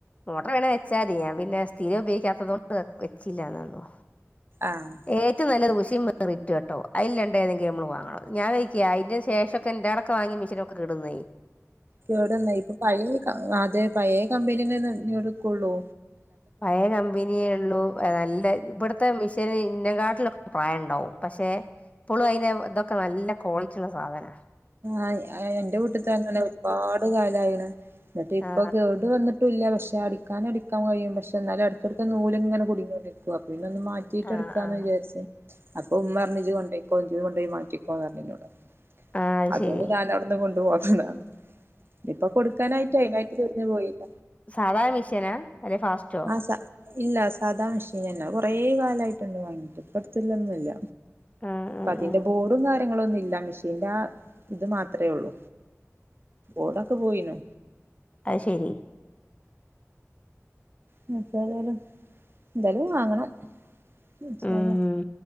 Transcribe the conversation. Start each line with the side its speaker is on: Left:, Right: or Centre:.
Left: മോട്ടർ വേണ വെച്ചാതി ഞാ പിന്നെ സ്ഥിരം ഉപയോഗിക്കാത്തതോണ്ട് വെച്ചില്ലാന്നൊള്ളു
Right: ആഹ്
Left: ഏറ്റവും നല്ലത് ഉഷേ മെറിറ്റും കേട്ടോ അതില്ലണ്ട ഏതെങ്കും മ്മൾ വാങ്ങണം ഞാ ഒരിക്കെ അതിന്റെ ശേഷൊക്കെ എൻ്റോടക്കെ വാങ്ങിയ മെഷീ ചിലതൊക്കെ കേട് വന്നേയ്
Right: കേടെന്ന ഇപ്പൊ പയേ അതെ പയേ കമ്പനിനന്നടുക്കൊള്ളൂ
Left: പയേകമ്പനിയെ ള്ളു നല്ല ഇബടുത്തെ മിഷ്യൻ ഇന്നെ കാട്ടിലൊക്കെ പ്രായംണ്ടാവും പക്ഷെ ഇപ്പൊളും അയ്ന്റെ തൊക്കെ നല്ല ക്വാളിറ്റിള്ള സാധന
Right: ആഹ് അയ്‌ന്റെഎന്റെ വീട്ട്ത്തെനല്ല ഒരുപാട് കാലായിണ് ന്നിട്ട് ഇപ്പൊകേട്
Left: ആ
Right: വന്ന് ട്ടുല്ല പക്ഷെ അടിക്കാന് അടിക്കൻ കഴിയും പക്ഷെന്നാലുംഎടക്കടുക്ക് നൂല്ങ്ങനെ കുടുങ്ങിക്കൊണ്ടിരിക്കു അപ്പൊ പിന്നൊന്ന് മാറ്റി ട്ടീട്ട്ടുക്കാന്ന്
Left: ആ ആ
Right: വിചാരിച്ച് അപ്പ ഉമ്മർഞ് ഇജ്ജ് കൊണ്ടോക്കോഇജ്ജ് കൊണ്ടോയി മാറ്റിക്കോന്ന് പറഞ്ഞൂന്നോട്
Left: ആഹ് അത്
Right: അതൊണ്ട്
Left: ശരി
Right: ഞാനഔട്ന്ന് കൊണ്ടു പോന്നതാ ഇപ്പൊ കൊടുക്കാനായ്ട്ടേയ് മേത്ത് കെറിഞ് പോയില്ല
Left: സാധാമിഷേനാ അതെ ഫാസ്
Right: ആഹ് സ ഇല്ല സാധാമെഷീനന്ന കൊറേ കാലായിട്ടുണ്ട് വാങ്ങിട്ട് ഇപ്പടത്തില്ലൊന്നുംഅല്ല
Left: ആഹ് ആഹ്
Right: പ്പതിന്റെ
Left: ആഹ്
Right: ബോഡും കാ ങ്ങളൊന്നുംല്ല മെഷീന്റെ ആഹ് ഇത് മാത്രേഉള്ളൂ ഓടൊക്കെ പോയിനു
Left: അയ്ശെരി
Right: <unintelligible> ന്തേലുംവാങ്ങണംഇൻശഅള്ളാഹ്
Left: ഉം